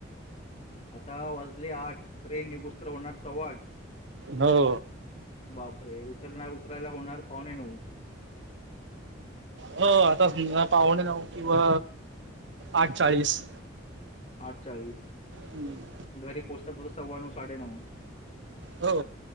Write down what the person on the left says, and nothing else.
आता वाजले आठ ट्रेन निगतोसर होणार सव्वाट
बापरे उतरला उतरायला होणार पाहुणे नऊ
आठ चाळीस
घरी पोहचता पोहचता स्वा नऊ साडे नऊ.